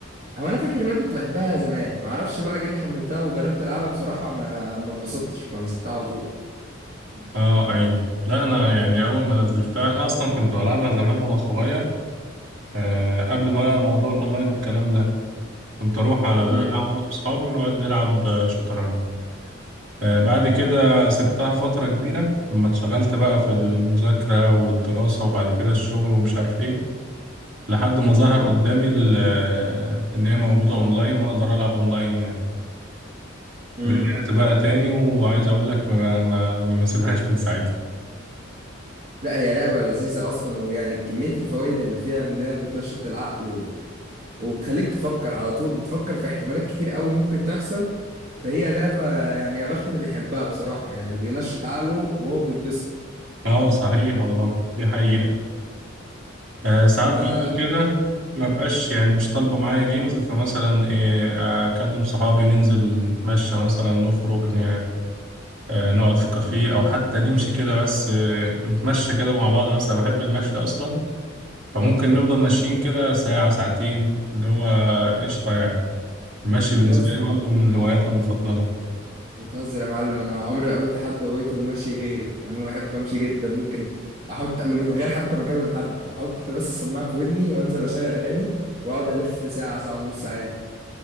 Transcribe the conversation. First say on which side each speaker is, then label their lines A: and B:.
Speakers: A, on the right (about 50°); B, on the right (about 70°).
A: هو انا فاكر ان انا كنت بحبها زمان ما اعرفش بقى جيت حملتها وجربت العبها بصراحه ما ما اتبسطتش فمسحتها على طول
B: اه ايوه لا انا يعني اول ما نزلتها انا اصلا كنت بلعبها زمان وانا صغير آه قبل ما موضوع الاونلاين والكلام ده كنت اروح على القهوة
A: امم
B: انا واصحابي ونقعد نلعب آه، شطرنج آه بعد كده سبتها فترة كبيرة لما اتشغلت بقى في المذاكرة والدراسة وبعد كده الشغل ومش عارف ايه لحد ما ظهر قدامي ال- آه، ان هي موجودة اونلاين واقدر العب اونلاين يعني
A: امم
B: رجعت بقى تاني وعايز اقول لك ما ما ما بسيبهاش من ساعتها
A: لا هي لعبه لذيذه اصلا ويعني كميه الفوائد اللي فيها انها بتنشط العقل وبتخليك تفكر على طول بتفكر في احتمالات كتير قوي ممكن تحصل فهي لعبة يعني يا بخت اللي بيحبها بصراحة يعني بينشط عقله وهو بيتبسط
B: اه صحيح والله دي حقيقة آه ساعات
A: ما-
B: برضو كده ما بقاش يعني مش طالبة معايا جيمز فمثلا إيه اكلم صحابي ننزل نتمشى مثلا نخرج ن... آه نقعد في كافيه او حتى نمشي كده بس آه نتمشى كده مع بعض بس انا بحب المشي اصلا فممكن نفضل ماشيين كده ساعة ساعتين اللي هو قشطة يعني المشي بالنسبة
A: بتهزر
B: لي برضو
A: يا معلم
B: من الهوايات المفضلة
A: بتهزر يا معلم أنا عمري ما قابلت حد هوايته المشي غيري أنا بحب أمشي جدا ممكن أحط من غير حتى ما أكلم حد أحط بس السماعة في ودني وأنزل أشغل أغاني وأقعد ألف ساعة ساعة ونص عادي